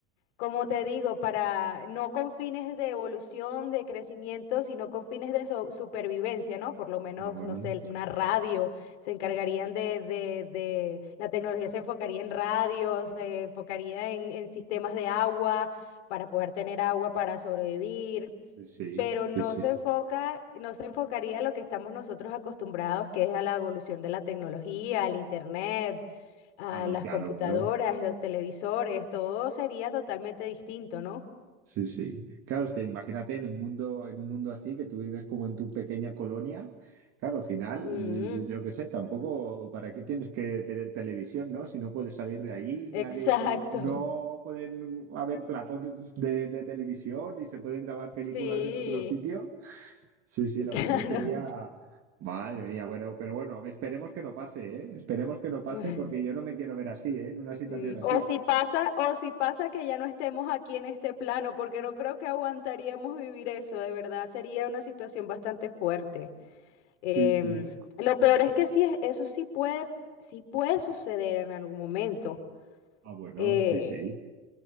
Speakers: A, on the left; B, on the right.
A: como te digo, para no con fines de evolución, de crecimiento, sino con fines de so- supervivencia, ¿no? Por lo menos,
B: Ah, bueno.
A: no sé, una radio, se encargarían de, de- de- la tecnología se enfocaría en radios, se enfocaría en, en sistemas de agua, para poder tener agua para sobrevivir,
B: Sí, sí,
A: pero no
B: sí. sí.
A: se enfoca, no se enfocaría a lo que estamos nosotros acostumbrados, que es a la evolución de la tecnología, al internet, a
B: Ah, no,
A: las
B: claro,
A: computadoras,
B: claro.
A: los televisores, todo sería totalmente distinto, ¿no?
B: Sí, sí. Claro, es que imagínate en un mundo, en un mundo así, que tú vives como en tu pequeña colonia. Claro, al final,
A: Mm,
B: yo yo qué sé, tampoco, ¿para qué tienes que tener televisión, no? Si no puedes salir de allí,
A: exacto,
B: nadie, no pueden haber platos de, de televisión y se pueden grabar
A: <laughs>
B: películas
A: sí,
B: en otro sitio. Sí, sí, la
A: <laughs> claro.
B: verdad que sería, madre mía, bueno, pero bueno, esperemos que no pase, ¿eh? Esperemos que no pase
A: Ay,
B: porque yo no me quiero ver así, ¿eh? En una situación
A: Sí.
B: así.
A: O si pasa, o si pasa que ya no estemos aquí en este plano, porque no creo que aguantaríamos vivir eso, de verdad, sería una situación bastante fuerte.
B: Sí,
A: Em,
B: sí.
A: lo peor es que sí, es- eso sí puede, sí puede suceder en algún momento.
B: Ah, bueno,
A: Eh,
B: sí, sí.